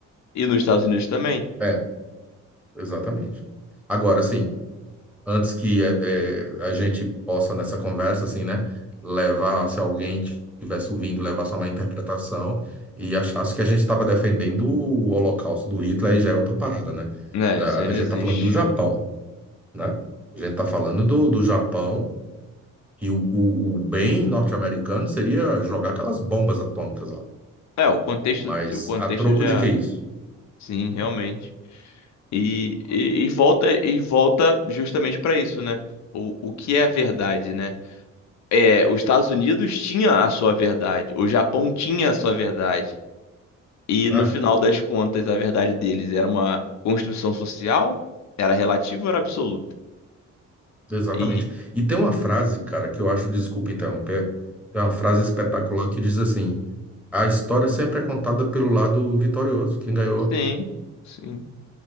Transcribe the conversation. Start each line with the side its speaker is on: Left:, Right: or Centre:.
Left: E nos Estados Unidos também.
Centre: É, exatamente. Agora, sim, antes que eh, eh, a gente possa nessa conversa, assim, né, levar, se alguém estivesse ouvindo, levar só uma interpretação e achasse que a gente estava defendendo o Holocausto do Hitler, aí já é outra parada, né?
Left: Né,
Centre: A
Left: isso aí não
Centre: a gente
Left: existe.
Centre: está falando do Japão, né? A gente está falando do, do Japão e o, o, o bem norte-americano seria jogar aquelas bombas atômicas lá.
Left: É, o contexto,
Centre: Mas
Left: o contexto
Centre: a troco
Left: já,
Centre: de que isso?
Left: sim, realmente. E, e, e volta e volta justamente para isso, né? O, o que é a verdade, né? É, os Estados Unidos tinha a sua verdade, o Japão tinha a sua verdade. E
Centre: Ah,
Left: no final das contas, a verdade deles era uma construção social, era relativa ou era absoluta?
Centre: exatamente.
Left: E
Centre: E tem uma frase, cara, que eu acho, desculpa interromper, tem uma frase espetacular que diz assim, a história sempre é contada pelo lado vitorioso, quem ganhou.
Left: sim, sim.